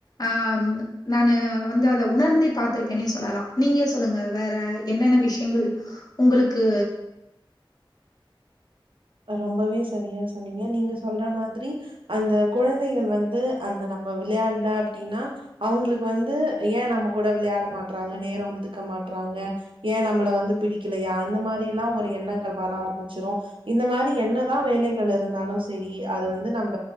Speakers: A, on the left; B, on the right.
A: ஆஹ நானு வந்து அத உணர்ந்தே பார்த்திருக்கனே சொல்லலாம் நீங்க சொல்லுங்க வேற என்னென்ன விஷயங்கள் உங்களுக்கு
B: ரொம்பவே சரியா சொன்னீங்க நீங்க சொல்ற மாதிரி அந்த குழந்தைகள் வந்து அந்த நம்ம விளையாடல அப்டின்னா அவுங்களுக்கு வந்து ஏன் நம்ம கூட விளையாட மாட்டறாங்க நேரம் ஒதுக்க மாட்டறாங்க ஏன் நம்மளை வந்து பிடிக்கலையா அந்த மாதிரி எல்லாம் ஒரு எண்ணங்கள் வர ஆரம்பிச்சிரும் இந்த மாதிரி என்னதான் வேலைகள் இருந்தாலும் சரி அது வந்து நம்ம